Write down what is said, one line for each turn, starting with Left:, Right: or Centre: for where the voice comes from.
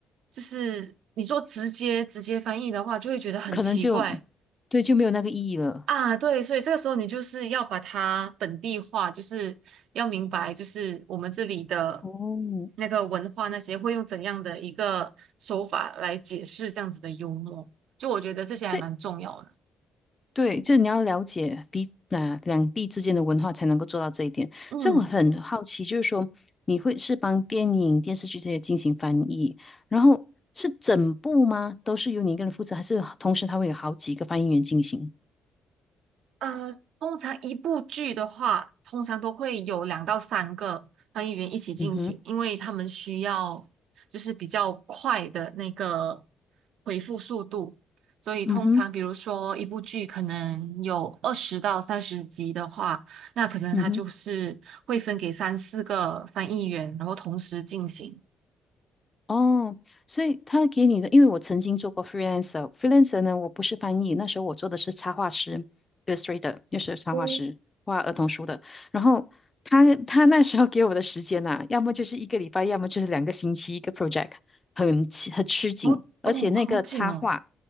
Right: 就是你做直接直接翻译的话，就会觉得很奇怪，
Left: 可能就对就没有那个意义了。
Right: 啊，对，所以这个时候你就是要把它本地化，就是要明白，就是我们这里的
Left: 哦，
Right: 那个文化那些会用怎样的一个手法来解释这样子的幽默，就我觉得这些还蛮重要的。
Left: 这对，就是你要了解彼啊、两地之间的文化，才能够做到这一点。
Right: 嗯。
Left: 所以我很好奇，就是说你会是帮电影、电视剧这些进行翻译，然后是整部吗？都是由你一个人负责，还是同时他会有好几个翻译员进行？
Right: 呃，通常一部剧的话，通常都会有两到三个翻译员一起进行，
Left: 嗯哼，
Right: 因为他们需要就是比较快的那个回复速度，所以通常比如说一部剧可能有二十到三十集的话，
Left: 嗯哼，
Right: 那可能它就是会分给三四个翻译员，
Left: 嗯哼。
Right: 然后同时进行。
Left: 哦，所以他给你的，因为我曾经做过 freelancer，freelancer 呢，我不是翻译，那时候我做的是插画师，illustrator，就是插画师，
Right: 哦，
Left: 画儿童书的。然后他他那时候给我的时间呐、要么就是一个礼拜，要么就是两个星期一个 project，很吃很吃紧，
Right: 好哦，
Left: 而且那个插画
Right: 好紧哦，